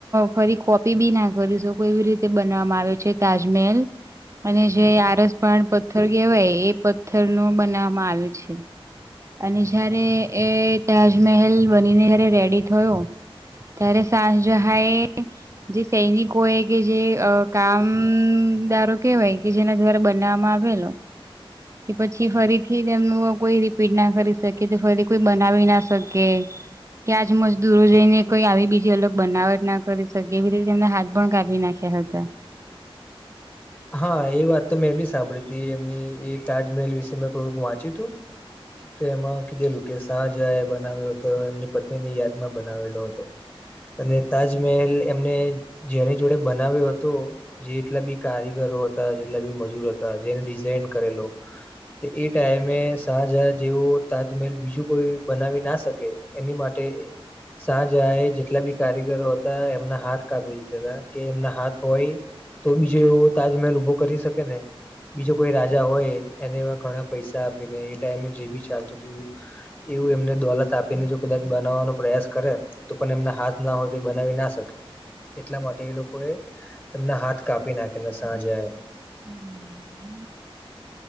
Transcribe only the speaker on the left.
હા એ વાત તો મેં એ બી સાંભળી હતી એમની એ તાજમહેલ વિશે મેં થોડુંક વાંચ્યું હતું. તો એમાં કીધેલું કે શાહજા એ બનાવ્યો હતો એમની પત્ની ની યાદમાં બનાવેલો હતો. અને તાજમહેલ એમને જેની જોડે બનાવ્યો હતો જે એટલા બી. કારીગરો હતા જેટલા બી મજૂર હતા જેને ડિઝઇન કરેલો. તો એ ટાઈમે શાહજહ જેવો તાજમહેલ બીજું કોઈ બનાવી ના શકે. એની માટે. સાાજ એ જેટલા બી કારીગરો હતા એમના હાથ કાપી દીધા હતા કે એમના હાથ હોય. તો બીજો એવો તાજમહેલ ઉભો કરી શકે ને. બીજો કોઈ રાજા હોય એને એ ઘણા પૈસા આપી ને એ ટાઈમે જે બી ચાલતું હતું. એવું એમને દોલત આપીને જો કદાચ બનાવવાનો પ્રયાસ કરે. તો પણ એમના હાથ ના હોય તે બનાવી ના શકે એટલા માટે એ લોકો એ એમના હાથ કાપી. પી નાખલા સાજે.